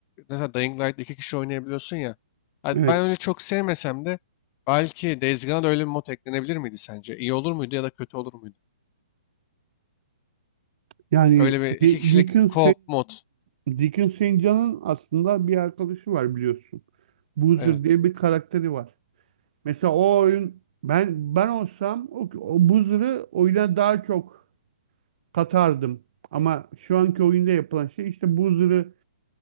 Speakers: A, on the left; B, on the right.
A: mesela Dying Light iki kişi oynayabiliyorsun ya. Ha,
B: Evet.
A: Ben öyle çok sevmesem de belki Days Gone'a da öyle bir mod eklenebilir miydi sence? İyi olur muydu ya da kötü olur muydu?
B: Yani
A: Öyle bir
B: Di-
A: iki kişilik
B: Dickens
A: co-op mod.
B: Deacon St. aslında bir arkadaşı var biliyorsun. Boozer
A: Evet.
B: diye bir karakteri var. Mesela o oyun ben ben olsam o, o Boozer'ı oyuna daha çok katardım. Ama şu anki oyunda yapılan şey işte Boozer'ı